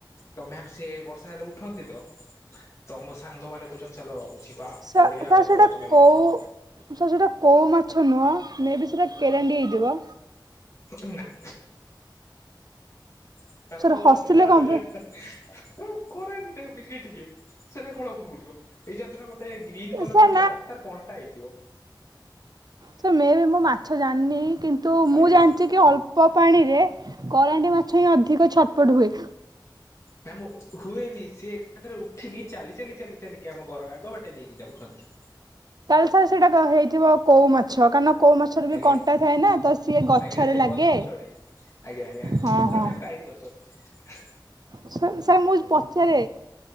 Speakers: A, on the left; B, on the right.
A: ତ ମ୍ୟାାମ ସିଏ ବର୍ଷା ହେଲେ ଉଠନ୍ତି ତ ତ ମୋ ସାଙ୍ଗମାନୋନେ କହୁଚନ୍ତି ଚାଲ ଅ ବା
B: ସା
A: ଗଢିଆଡ଼େ
B: ସାର୍ ସେଇଟା
A: ଟ୍ରଚ ମାରିକି
B: କୋଉ
A: ଦେଖିବା।
B: ସାର୍ ସେଇଟା କୋଉ ମାଛ ନୁହଁ ମେ ବି ସେଇଟା କେରାଣ୍ଡି ହେଇଥିବ।
A: ହ ନା। <unintelligible> କରାଣ୍ଡି
B: ସାର୍ ହସିଲେ କଣ ପାଇଁ
A: ଟାଇମ ଟିକେ ଟିକେ ସେଟା କଣ ଉପରକୁ ଉଠିବ? ଏଇ ଜାଣିଚ ନା ଗୋଟେ ଗ୍ରୀନ୍ କଲର
B: ସାର୍
A: ମାଛ ଟା ତାର କଣ୍ଟା ହେଇଥିବ।
B: ସେ ମେ ବି ମୁଁ ମାଛ ଜାଣିନି କିନ୍ତୁ
A: ଆଜ୍ଞା
B: ମୁଁ ଜାଣିଛି
A: ମ୍ୟାମ୍
B: କି ଅଳ୍ପ ଳ୍ପ ପାଣିରେ କରାଣ୍ଡି ମାଛ ହିଁ ଅଧିକ ଛଟପଟ ହୁଏ।
A: ମ୍ୟାମ ହୁଏନି ସିଏ ଏକାଥରେ ଉଠିକି ଚାଲି ଚାଲି ଚାଲି ଚାଲିକି ଆମ ଘର ଆଗ ବାଟେ ଦେଇକି ଯାଉଛନ୍ତି।
B: ତାହେଲେ ସାର୍ ସେଇଟା ତ ହେଇଥିବ କୋଉ ମାଚ୍ ଛ। କାରଣ କୋଉ ମାଛରେ
A: ଆଜ୍ଞା
B: ବି କଣ୍ଟା ଥାଏ ନା ତ ସିଏ ଗଛରେ
A: ଆଜ୍ଞା ସେ
B: ଲାଗେ।
A: ଗଛକୁ ଚଢେଇ ଆଜ୍ଞା ଆଜ୍ଞା
B: ହଁ
A: ପୁରମେ
B: ହଁ
A: ଆମ ଆଇଠ କର <unintelligible>
B: ସାର୍ ସାର ମୁଁ ପଚାରେ,